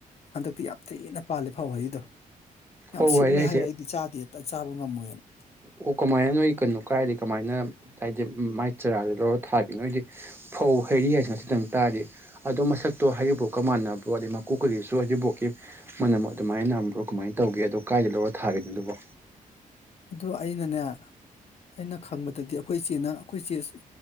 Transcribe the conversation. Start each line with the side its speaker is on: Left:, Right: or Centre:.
Left: ꯍꯟꯗꯛꯇꯤ ꯌꯥꯝ ꯊꯤꯅ ꯄꯥꯜꯂ‌ꯦ ꯐꯧ ꯍꯔꯤꯗꯣ ꯌꯥꯝ
Right: ꯍꯣꯏ
Left: ꯁꯤꯜꯂꯦ
Right: ꯍꯣꯏ ꯑꯩꯁꯦ
Left: ꯍꯥꯏꯌꯦ ꯑꯩꯗꯤ ꯆꯥꯗꯦꯗ ꯆꯥꯕ ꯉꯝꯃꯣꯏꯅ
Right: ꯑꯣ ꯀꯃꯥꯏꯅ ꯅꯣꯏ ꯀꯩꯅꯣ ꯀꯥꯏꯗꯤ ꯀꯃꯥꯏꯅ ꯍꯥꯏꯗꯤ ꯃꯥꯏ ꯆꯔꯥꯗ‌ꯣ ꯊꯥꯒ‌ꯦ ꯅꯣꯏꯗꯤ ꯐꯧ ꯍꯩꯔꯤ ꯍꯥꯏꯁꯤ ꯆꯁꯤꯇꯪ ꯇꯥꯏꯌ‌ꯦ ꯑꯗꯣ ꯃꯁꯛꯇꯣ ꯍꯥꯏꯔꯤꯕꯐꯥꯎꯀ ꯃꯥꯟꯅꯕꯣ ꯑꯗꯩ ꯃꯀꯣꯛꯀꯒꯤꯁꯨ ꯍꯥꯏꯗꯤ ꯍꯔꯤꯕꯐꯥꯎꯀꯤ ꯃꯅꯕ‌ꯣ ꯑꯗꯨꯃꯥꯏꯅ ꯅꯝꯕ꯭ꯔꯣ ꯀꯃꯥꯏꯅ ꯇꯧꯒꯦ ꯑꯗꯣ ꯀꯥꯏꯗ ꯂꯧꯔ ꯊꯥꯒ‌ꯦ ꯑꯗꯨꯕꯣ
Left: ꯑꯗꯨ ꯑꯩꯅꯅꯦ ꯑꯩꯅ ꯈꯪꯕꯗꯗꯤ ꯑꯩꯈꯣꯏ ꯏꯆꯦꯅ ꯑꯩꯈꯣꯏ ꯏꯆꯦ